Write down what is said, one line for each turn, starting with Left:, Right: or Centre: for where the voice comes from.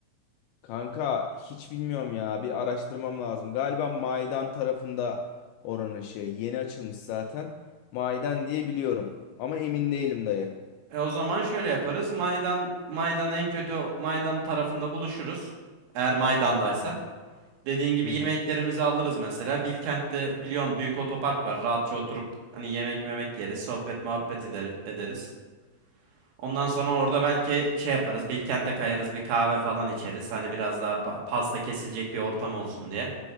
Left: Kanka hiç bilmiyorum ya. Bir araştırmam lazım. Galiba Maydan tarafında oranın şey yeni açılmış zaten. Maydan diye biliyorum. Ama emin değilim dayı.
Right: E, o zaman şöyle yaparız. Maydan Maydan en kötü Maydan tarafında buluşuruz. Eğer Maydan'daysa. Dediğin gibi
Left: Hı
Right: yemeklerimizi
Left: hı.
Right: alırız mesela. Bilkent'te biliyorsun büyük otopark var. Rahatça oturup hani yemek memek yeriz. Sohbet muhabbet eder- ederiz. Ondan sonra orada belki şey yaparız. Bilkent'e kayarız bir kahve falan içeriz. Hani biraz daha pa- pasta kesilecek bir ortam olsun diye.